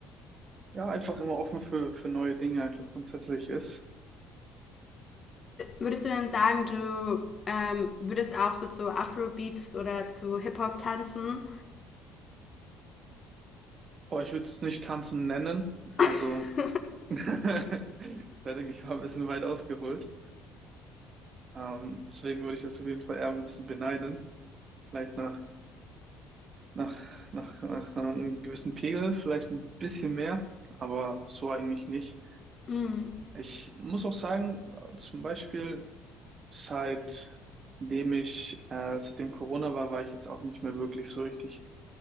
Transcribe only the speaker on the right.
ja, einfach immer offen für, für neue Dinge einfach grundsätzlich ist.
Aber ich würde es nicht tanzen nennen. Also,
<laughs> da denke ich mal ein bisschen weit ausgeholt. Ähm, deswegen würde ich das auf jeden Fall eher ein bisschen beneiden. Vielleicht nach, nach, nach, nach einem gewissen Pegel, vielleicht ein bisschen mehr, aber so eigentlich nicht.
Ich muss auch sagen, äh, zum Beispiel seitdem ich, äh, seitdem Corona war, war ich jetzt auch nicht mehr wirklich so richtig